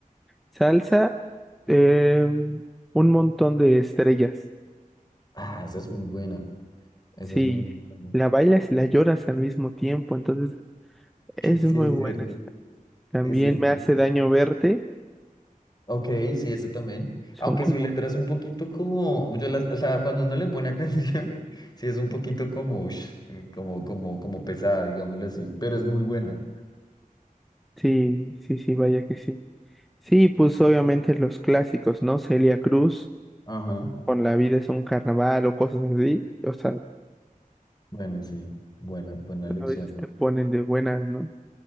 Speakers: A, in the centre; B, on the left.
A: Salsa, eh, un montón de estrellas.
B: Ah, esa es muy buena. Esa
A: Sí,
B: es muy, muy buena.
A: la bailas y la lloras al mismo tiempo, entonces es
B: <laughs> Sí,
A: muy
B: es
A: buena.
B: cierto.
A: esta. También
B: Es cierto,
A: me hace
B: sí.
A: daño verte,
B: Ok, sí, esa también.
A: son
B: Aunque
A: como...
B: su letra es un poquito como, yo las, o sea, cuando uno le pone atención, <laughs> sí es un poquito como, ush, eh, como, como, como pesada, digámoslo así, pero es muy buena.
A: Sí, sí, sí, vaya que sí. Sí, pues obviamente los clásicos, ¿no? Celia Cruz.
B: Ajá.
A: con la vida es un carnaval o cosas así, o sea, pues,
B: Bueno, sí. Buena, buena lección.
A: a veces te ponen de buenas, ¿no?